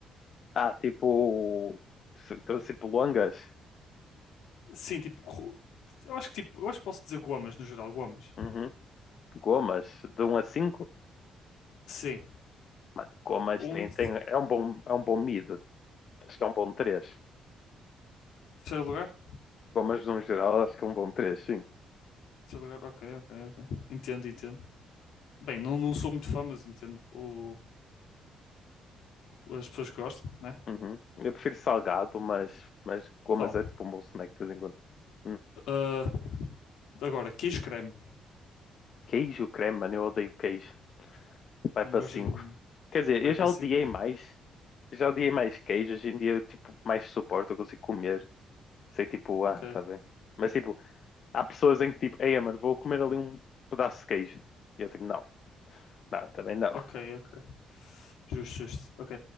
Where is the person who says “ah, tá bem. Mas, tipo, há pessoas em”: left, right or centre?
Left